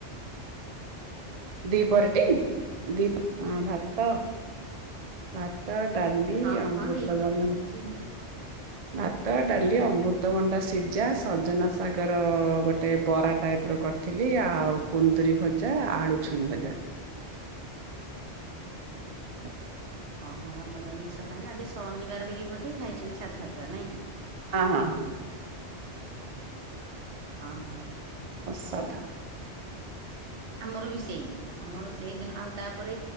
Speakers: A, on the right; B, on the right.
A: ଦି ପରେଟି
B: ହୁଁ
A: ଦି ହଁ ଭାତ। ଭାତ ଡାଲି
B: ହଁ
A: ଅମୃତବ
B: ହଁ ଦିପହର କଥା କହୁଛ। <inaudible>
A: ଭାତ ଡାଲି ଅମୃତଭଣ୍ଡା ସିଝା ସଜନା ସାଗର ଗୋଟେ ବରା ଟାଇପ୍ ର କଟ ଥିଲି ଆଉ କୁନ୍ଦୁରି ଭଜା ଆଉ ଆଳୁ ଛୁଇଁ ଭଜା। <inaudible>
B: ଅଁ ହଁ ତା ବଢିଆ ଜିନିଷ ଖାଇିଲ ଆଜି ଶନିବାର ବେଲି ବଧେ ଖାଇଛନ୍ତି ସାଧା ପୁରା ନାଇଁ କି?
A: <unintelligible> ଅ
B: ହଁ ହଁ
A: ସାଧା।
B: ଆମର ବି ସେଇ ଆମର ସେଇଦିନ ଆଉ ତାପରେ